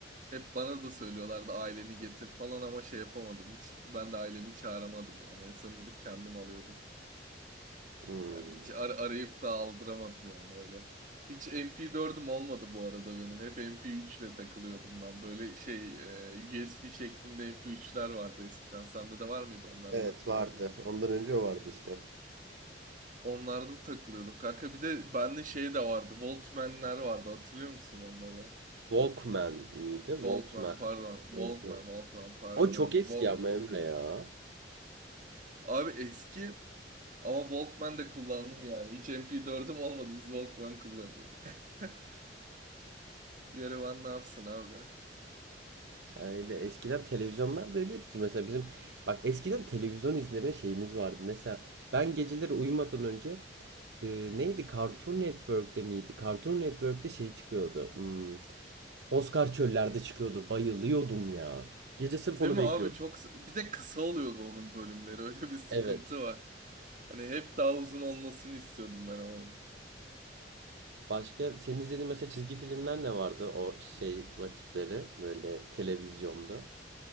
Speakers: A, on the right; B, on the right.
A: Hep bana da söylüyorlardı aileni getir falan ama şey yapamadım. Hiç ben de ailemi çağıramadım yani. En son gidip kendim alıyordum.
B: Hmm.
A: Yani hiç ar- arayıp da aldıramadım yani öyle. Hiç MP4'üm olmadı bu arada benim. Hep MP3 ile takılıyordum ben. Böyle şey e, USB şeklinde MP3'ler vardı eskiden. Sende de var mıydı onlarda?
B: Evet vardı. Ondan önce o vardı işte.
A: Onlarda da takılıyordum kanka. Bir de bende şey de vardı. Walkman'ler vardı. Hatırlıyor musun onları?
B: Walkman miydi? Walkman.
A: Walkman pardon.
B: Walkman.
A: Walkman, Walkman pardon
B: O çok
A: abi.
B: eski
A: Walk...
B: ama Emre ya.
A: Abi eski ama Walkman de kullandım yani. Hiç MP4'üm olmadı. Biz Walkman kullanıyorduk. <laughs> Bir ara ben ne yapsın abi?
B: Öyle eskiden televizyonlar da öyleydi ki mesela bizim bak eskiden televizyon izleme şeyimiz vardı. Mesela ben geceleri uyumadan önce e, neydi
A: Hı hı.
B: Cartoon Network'te miydi? Cartoon Network'te şey çıkıyordu. Hmm, Oscar Çöller'de çıkıyordu. Bayılıyordum ya. Gece sırf
A: Değil
B: onu
A: mi
B: bekliyordum.
A: abi çok bir de kısa oluyordu onun bölümleri <laughs> öyle bir sıkıntı
B: Evet.
A: var. Hani hep daha uzun olmasını istiyordum ben onun.
B: Başka senin izlediğin mesela çizgi filmler ne vardı o şey vakitleri böyle televizyonda?